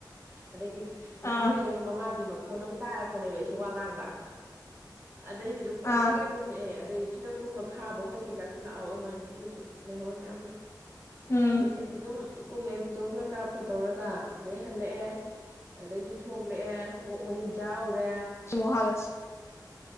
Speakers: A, on the right (about 35°); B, on the left (about 35°).
A: ꯑꯗꯒꯤ ꯉꯥꯏꯍꯥꯛ
B: ꯑꯥ
A: ꯂꯩꯔꯒ ꯃꯃꯥꯒꯤ ꯃꯈꯣꯟ ꯑꯃꯨꯛ ꯇꯥꯔꯛꯄꯅꯦꯕ ꯑꯩꯁꯦ ꯋꯥ ꯉꯥꯡꯕ ꯑꯗꯩꯗꯤ ꯑꯗꯨꯝ
B: ꯑꯥ
A: ꯀꯨꯝꯃꯛꯑꯦ ꯑꯗꯩ ꯐꯤꯂꯝ ꯀꯨꯝꯕ ꯈꯥꯕ ꯍꯣꯏ ꯀꯩꯀꯥꯁꯨ ꯂꯥꯛꯍꯧꯋꯣꯏ ꯃꯥꯏ ꯅꯨꯄꯤ ꯍꯣꯏꯁꯨ ꯂꯩꯍꯧꯋꯣꯏ ꯃꯌꯥꯝ ꯑꯃ
B: ꯎꯝ
A: ꯑꯗꯒꯤ ꯑꯗꯨꯝ ꯀꯨꯝꯃꯦ ꯄꯨꯊꯣꯛꯈ꯭ꯔ ꯀꯥꯞ ꯈꯣꯠꯇꯧꯔ ꯀ ꯑꯗꯩ ꯍꯜꯂꯛꯑꯦ ꯑꯗꯨꯗꯒꯤ ꯊꯣꯛꯂꯛꯑꯦ ꯑꯣꯛ ꯃꯔꯤꯟ ꯆꯎꯔꯦ
B: ꯃ ꯍꯥꯜꯂꯁ